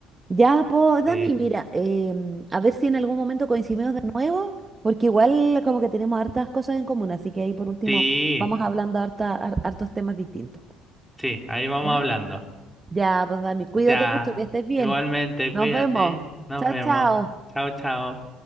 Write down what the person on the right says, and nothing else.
Ya, pues, Dami,
mira, em, a ver si en algún momento coincidimos de nuevo, porque igual como que tenemos hartas cosas en común, así que ahí por último
vamos hablando harta, har- hartos temas distintos.
¿Ya?
Ya, pues, Dami, cuídate
mucho, que estés bien.
Nos
vemos.
Chao,
chao.